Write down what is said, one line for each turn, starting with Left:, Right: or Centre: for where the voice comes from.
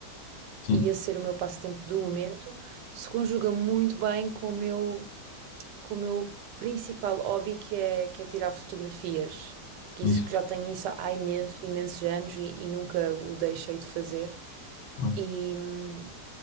Left: sim,
Right: e esse ser o meu passatempo do momento, se conjuga muito bem com o meu, com o meu principal hobby, que é, que é tirar fotografias. Que
Left: isso,
Right: isso que já tenho isso há imensos, imensos anos e, e nunca o deixei de fazer.
Left: claro.
Right: E, hum,